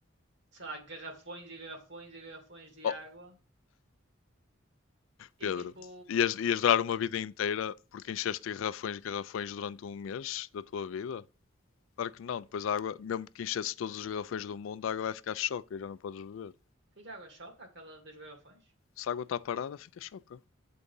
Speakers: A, on the right (about 60°); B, on the left (about 75°).
A: sei lá, garrafões e garrafões e garrafões de
B: Oh,
A: água.
B: Pedro,
A: E tipo.
B: ias, ias durar uma vida inteira porque encheste garrafões e garrafões durante um mês da tua vida? Claro que não, depois a água, mesmo que enchesse todos os garrafões do mundo, a água vai ficar choca e já não podes beber.
A: Fica água choca, aquela dos garrafões?
B: Se a água está parada, fica choca.